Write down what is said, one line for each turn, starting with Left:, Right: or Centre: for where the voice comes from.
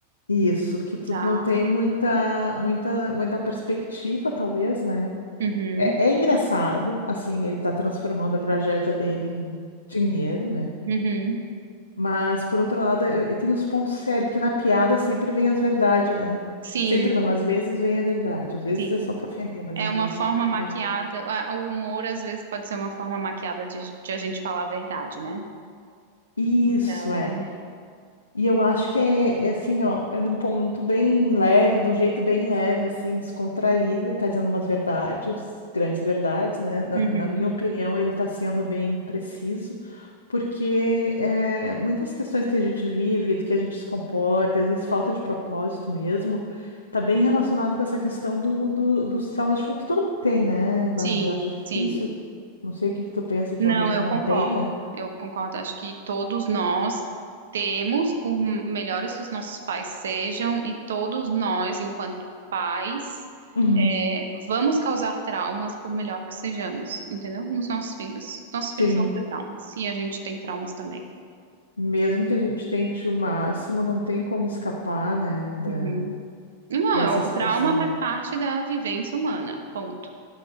Left: isso, que tu
Right: Tá.
Left: não tem muita, muita, muita perspectiva, talvez, né?
Right: Uhum.
Left: É, é engraçado, assim, ele tá transformando a tragédia dele em dinheiro, né?
Right: Uhum.
Left: Mas, por outro lado, ele ele tem os pontos sérios, porque na piada sempre vem as verdades, né?
Right: Sim.
Left: Sempre não, às vezes vem a verdade, às vezes
Right: Sim.
Left: é só pra ofender, mas
Right: É
Left: às
Right: uma
Left: vezes
Right: forma
Left: vem a
Right: maquiada.
Left: verdade.
Right: a- O humor, às vezes, pode ser uma forma maquiada de, de a gente falar a verdade, né?
Left: Isso
Right: Então.
Left: é. E eu acho que é, é assim, ó, é de um ponto bem leve, de um jeito bem leve, assim, descontraído. Ele tá dizendo umas verdades, grandes verdades, né? Na,
Right: uhum.
Left: na minha opinião, ele tá sendo bem preciso. Porque é, muitas questões que a gente vive, do que a gente se comporta, e às vezes falta de propósito mesmo, tá bem relacionado com essa questão do, do- dos traumas de infância, que todo mundo tem, né, Bárbara?
Right: Sim,
Left: Eu acho difícil,
Right: sim.
Left: não sei o que que tu pensa que
Right: Não,
Left: alguém que
Right: eu
Left: não
Right: concordo.
Left: tenha,
Right: Eu concordo. Acho que todos nós temos, por melhores que os nossos pais sejam, e todos nós, enquanto pais,
Left: Uhum.
Right: é, vamos causar traumas, por melhor que sejamos, entendeu? Nos nossos filhos. Nossos filhos
Left: sim,
Right: vão ter traumas. E a gente tem traumas também.
Left: mesmo que a gente tente o máximo, não tem como escapar, né, da,
Right: Uhum. Não,
Left: dessa
Right: é- o
Left: situação.
Right: trauma faz parte da vivência humana. Ponto.